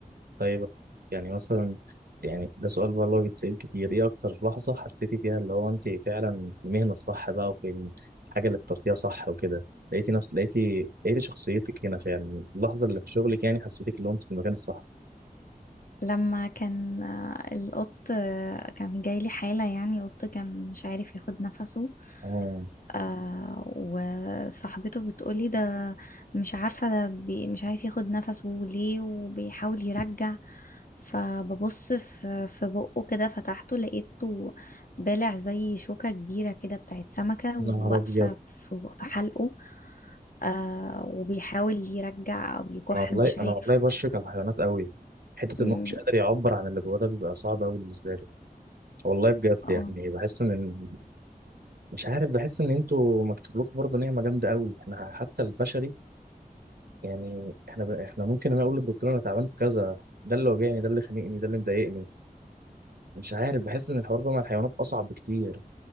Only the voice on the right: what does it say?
طيب يعني مثلا يعني ده سؤال بقى اللي هو بيتسأل كتير ايه اكتر لحظة حسيتي فيها اللي هو انت فعلا في المهنة الصح بقى وفي الحاجة اللي اخترتيها صح وكده لقيتي نفس لقيتي لقيتي شخصيتك هنا فعلا اللحظة اللي في شغلك يعني حسيتك اللي هو انت في المكان الصح
اه
يا
نهار ابيض
انا والله
انا والله بشفق على الحيوانات قوي حتة
ان هو مش قادر يعبر عن اللي جواه ده بيبقى صعب قوي بالنسبة لي والله بجد
يعني بحس ان مش عارف بحس ان انتوا مكتوب لكم برضه نعمة جامدة قوي احنا حتى البشري يعني احنا ب... احنا ممكن انا اقول للدكتور انا تعبان في كذا ده اللي واجعني ده اللي خانقني ده اللي مضايقني مش عارف بحس ان الحوار ده مع الحيوانات اصعب بكتير